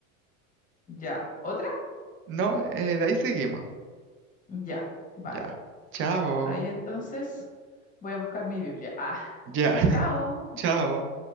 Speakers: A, on the left; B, on the right.
A: Ya. ¿Otra?
B: No, eh, de ahí seguimos.
A: Ya. Vale.
B: Ya. Chao.
A: Ahí entonces voy a buscar mi Biblia. Ah,
B: Ya. <laughs>
A: chao.
B: Chao.